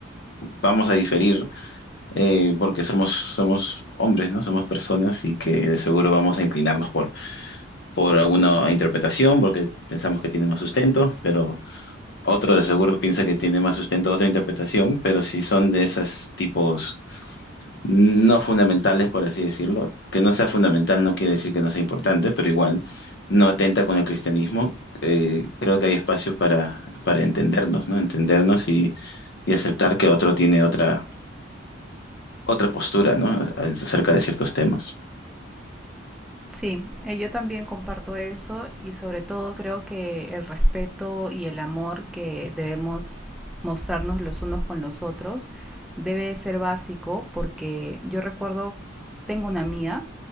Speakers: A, on the left; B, in the centre.
A: vamos a diferir eh, porque somos, somos hombres, ¿no? Somos personas y que de seguro vamos a inclinarnos por por alguna interpretación, porque pensamos que tiene más sustento, pero otro de seguro piensa que tiene más sustento otra interpretación, pero si son de esos tipos no fundamentales, por así decirlo, que no sea fundamental no quiere decir que no sea importante, pero igual no atenta con el cristianismo, eh, creo que hay espacio para, para entendernos, ¿no? Entendernos y, y aceptar que otro tiene otra, otra postura, ¿no? a- Acerca de ciertos temas.
B: Sí, eh, yo también comparto eso y sobre todo creo que el respeto y el amor que debemos mostrarnos los unos con los otros debe ser básico porque yo recuerdo, tengo una amiga